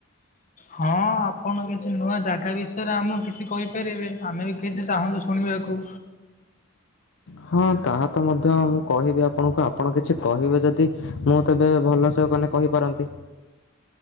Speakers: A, on the left; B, on the left.
A: ହଁ ଆପଣ କିଛି ନୂଆ ଜାଗା ବିଷୟରେ ଆମକୁ କିଛି କହିପାରିବେ ଆମେ ବି କିଛି ଚାହୁଁଛୁ ଶୁଣିବାକୁ
B: ହଁ ତାହା ତ ମଧ୍ୟ ମୁଁ କହିବି ଆପଣଙ୍କୁ ଆପଣ କିଛି କହିବେ ଯଦି ମୁଁ ତେବେ ଭଲସେ କହିପାରନ୍ତି।